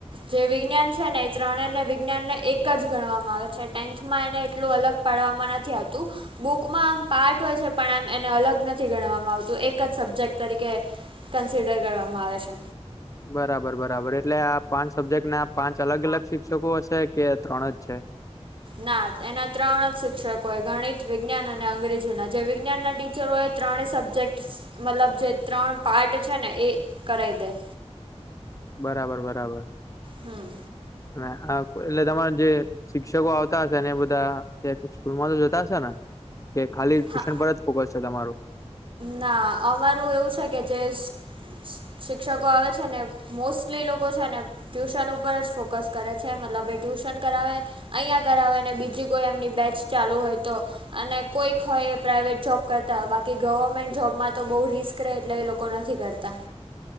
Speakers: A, on the right; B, on the left.
A: જે વિજ્ઞાન છે ને એ ત્રણે અને વિજ્ઞાન ને એક એક જ ગણવામાં આવે છે ટેન્થમાં એને એટલું અલગ પાડવામાં નથી આવતું. બુકમાં આમ પાર્ટ હોય છે પણ આમ એને અલગ નથી ગણવામાં આવતું એક જ સબ્જેક્ટ તરીકે કન્સિડર કરવામાં આવે છે.
B: બરાબર બરાબર એટલે આ પાંચ સબ્જેક્ટ ના પાંચ અલગ અલગ શિક્ષકો હશે કે ત્રણ જ છે.
A: ના એના ત્રણ જ શિક્ષકો ગણિત વિજ્ઞાન અને અંગ્રેજીના જે વિજ્ઞાનના ટી. ચલો એ ત્રણેય સબ્જેક્ટ મતલબ જે ત્રણ પાર્ટ છે ને એ કરાવ દે. <unintelligible>
B: બરાબર બરાબર
A: હમ
B: અને આ એટલે તમાર જે. શિક્ષકો આવતા હશે અને બધા સ્કૂલ માં તો જોતા હશે ને. કે ખાલી ટ્યુશન
A: હા
B: પર જ ફોકસ છે તમારું.
A: ના અમારું એવું છે કે જે. શિ શિ શિક્ષકો આવે છે ને મોસ્ટલી લોકો છે ને. ટ્યુશન ઉપર જ ફોકસ કરે છે મતલબ એ ટ્યુશન કરાવે. અહીંયા કરાવેને બીજી કોઈ એમની બેચ ચાલુ હોય તો. અને કોઈક હોય એ પ્રાાઈવેટ જોબ કરતા બાકી. કે ગવર્મેન્ટ જોબમાં તો બહુ રિસ્ક રહે એટલે એ લોકો નથી કરતા.